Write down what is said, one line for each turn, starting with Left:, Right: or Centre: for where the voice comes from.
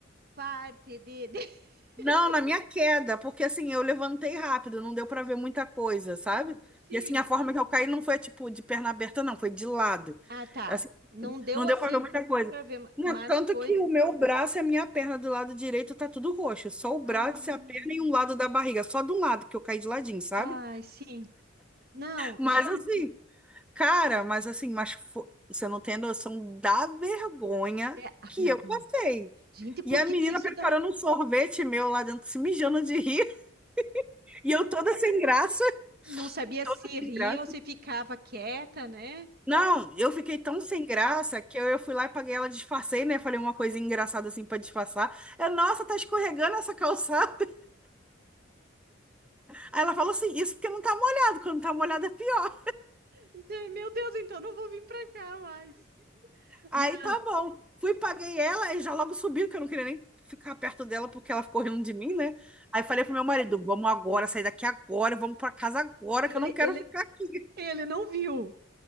Right: parte de... de-
Centre: Não,
Right: <laughs>
Centre: na minha queda, porque assim, eu levantei rápido, não deu pra ver muita coisa, sabe?
Right: Ah, sim.
Centre: E assim, a forma que eu caí não foi tipo de perna aberta, não, foi de lado.
Right: Ah, tá.
Centre: Assim,
Right: Não deu
Centre: não deu
Right: assim
Centre: pra ver muita coisa.
Right: pra ver,
Centre: Não,
Right: mas
Centre: tanto
Right: foi.
Centre: que o meu braço e a minha perna do lado direito tá tudo roxo, só o braço
Right: Ah, meu...
Centre: e a perna e um lado da barriga, só de um lado que eu caí de ladinho, sabe?
Right: Ai, sim. Não,
Centre: Mas
Right: gente,
Centre: assim, Cara, mas assim, mas fo- você não tem noção da vergonha
Right: é a
Centre: que
Right: vergonha.
Centre: eu passei.
Right: Gente, por
Centre: E a
Right: que
Centre: menina
Right: que isso
Centre: preparando
Right: dá?
Centre: um sorvete meu lá dentro, se mijando de rir, <laughs> e eu toda sem graça,
Right: Não sabia
Centre: toda
Right: se
Centre: sem
Right: ria
Centre: graça.
Right: ou se ficava quieta, né?
Centre: Não, eu fiquei tão sem graça que eu, eu fui lá e paguei ela, disfarcei, né? Falei uma coisa engraçada assim pra disfarçar. Eu, nossa, tá escorregando essa calçada. Aí ela falou assim, isso porque não tá molhado, quando tá molhado é pior.
Right: Então, Meu Deus, então não vou vir pra cá mais.
Centre: Aí
Right: Não,
Centre: tá bom. Fui, paguei ela e já logo subiu, que eu não queria nem ficar perto dela porque ela ficou rindo de mim, né? Aí falei pro meu marido, vamos agora, sair daqui agora, vamos pra casa agora,
Right: ele,
Centre: que eu não quero
Right: ele,
Centre: ficar aqui.
Right: ele não viu.